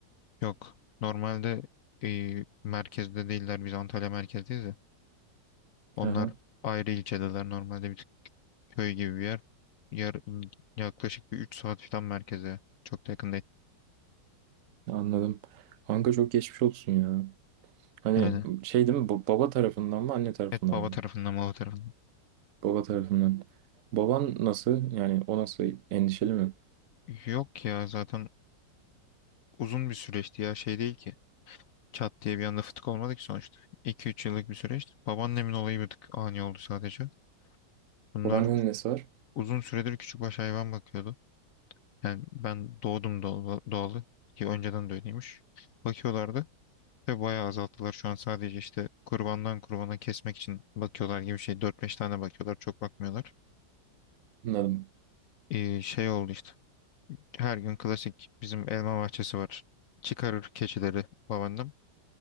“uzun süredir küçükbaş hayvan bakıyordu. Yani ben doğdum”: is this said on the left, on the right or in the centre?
Left